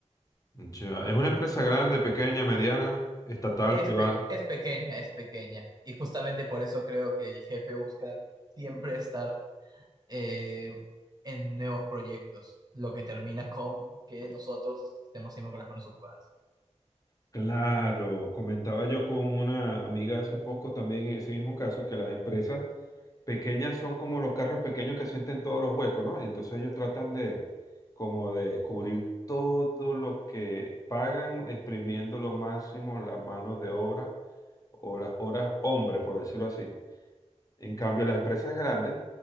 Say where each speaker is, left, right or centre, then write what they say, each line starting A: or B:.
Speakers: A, on the left; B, on the right.
A: ya. ¿Es una empresa grande, pequeña, mediana, estatal,
B: Es,
A: privada?
B: pe- es pequeña, es pequeña. Y justamente por eso creo que el jefe busca siempre estar eh, en nuevos proyectos, lo que termina con que nosotros estemos siempre con las manos ocupadas.
A: Claro, comentaba yo con una amiga hace poco también en ese mismo caso, que las empresas pequeñas son como los carros pequeños que sienten todos los huecos, ¿no? Y entonces ellos tratan de como de cubrir todo lo que pagan, exprimiendo lo máximo la mano de obra o las horas hombre, por decirlo así. En cambio, las empresas grandes